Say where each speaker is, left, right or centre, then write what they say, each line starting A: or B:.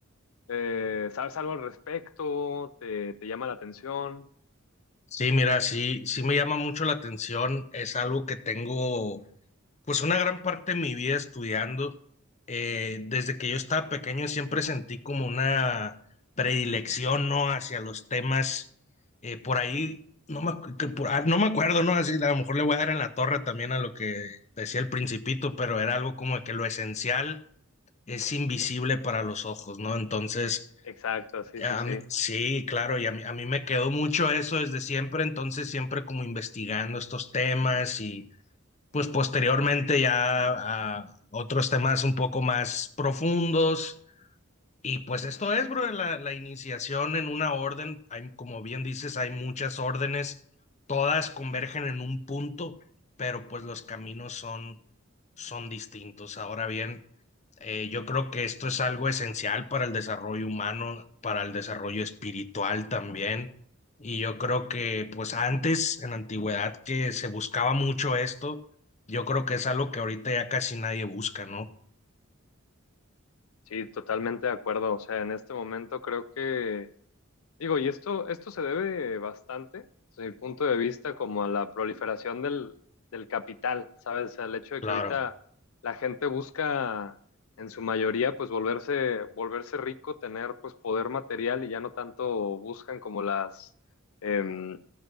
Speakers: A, on the left; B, on the left.
A: eh, sabes algo al respecto? ¿Te, te llama la atención?
B: Sí, mira, sí, sí me llama mucho la atención. Es algo que tengo Pues una gran parte de mi vida estudiando, eh, desde que yo estaba pequeño siempre sentí como una predilección, ¿no? Hacia los temas, eh, por ahí, no me, acu- que por- ah, no me acuerdo, ¿no? Así, a lo mejor le voy a dar en la torre también a lo que decía el principito, pero era algo como de que lo esencial es invisible para los ojos, ¿no? Entonces,
A: Exacto, sí,
B: a
A: sí, sí.
B: mí- sí, claro, y a mí, a mí me quedó mucho eso desde siempre, entonces siempre como investigando estos temas pues posteriormente ya a otros temas un poco más profundos. Y pues esto es, bro, la, la iniciación en una orden. Hay, como bien dices, hay muchas órdenes, todas convergen en un punto, pero pues los caminos son son distintos. Ahora bien, eh, yo creo que esto es algo esencial para el desarrollo humano, para el desarrollo espiritual también. Y yo creo que, pues antes, en la antigüedad, que se buscaba mucho esto, yo creo que es algo que ahorita ya casi nadie busca, ¿no?
A: Sí, totalmente de acuerdo. O sea, en este momento creo que Digo, y esto, esto se debe bastante, desde mi punto de vista, como a la proliferación del, del capital, ¿sabes? O sea, el hecho de
B: Claro,
A: que ahorita la gente busca, en su mayoría, pues volverse, volverse rico, tener pues poder material y ya no tanto buscan como las, em,